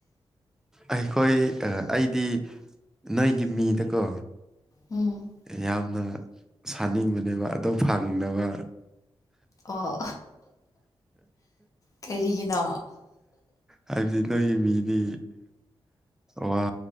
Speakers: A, in the centre; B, on the left.
A: ꯑꯩꯈꯣꯏ ꯑꯩꯗꯤ ꯅꯣꯏꯒꯤ ꯃꯤꯗꯀꯣ
B: ꯎꯝ
A: ꯌꯥꯝꯅ ꯁꯥꯅꯤꯡꯕꯅꯦꯕ ꯑꯗꯣ ꯐꯪꯅꯕ
B: ꯑꯣ ꯀꯔꯤꯒꯤꯅꯣ
A: ꯍꯥꯏꯕꯗꯤ ꯅꯣꯏꯒꯤ ꯃꯤꯗꯤ ꯋꯥ